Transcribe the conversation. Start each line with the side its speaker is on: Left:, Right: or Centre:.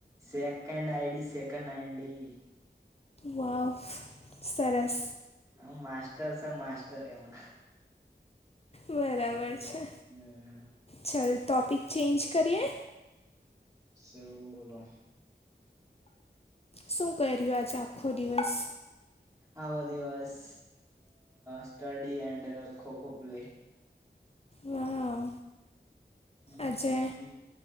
Right: second ID second ID
Left: wow સરસ
Right: <unintelligible> તર છે, માસ્તર એમાં
Left: બરાબર છે,
Right: હમ
Left: ચાલ ટોપિક ચેન્જ કરીએ
Right: શુ બોલો
Left: શું કર્યું આજે આખો દિવસ
Right: આવો દિવસ સ્ટડી એન્ડ ખો ખો પલે
Left: વાવ
Right: હમ.
Left: આજે